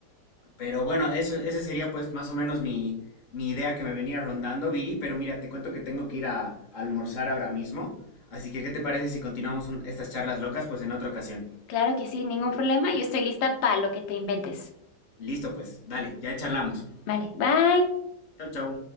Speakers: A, on the left; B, on the left.
A: Pero bueno, eso, ese sería pues más o menos mi, mi idea que me venía rondando, Viri, pero mira, te cuento que tengo que ir a, a almorzar ahora mismo, así que ¿qué te parece si continuamos un- estas charlas locas pues en otra ocasión?
B: Claro que sí, ningún problema, yo estoy lista para lo que te inventes.
A: Listo, pues, dale, ya charlamos.
B: Vale, bye.
A: Chau, chau.